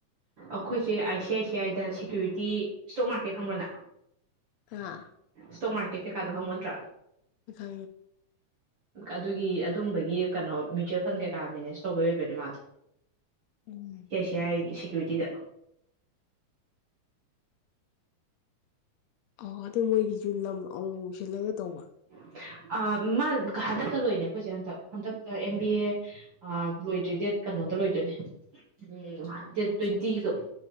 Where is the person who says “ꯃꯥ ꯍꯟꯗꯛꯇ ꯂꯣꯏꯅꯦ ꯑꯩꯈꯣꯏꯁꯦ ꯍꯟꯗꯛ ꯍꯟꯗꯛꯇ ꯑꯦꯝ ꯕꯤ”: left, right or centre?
Right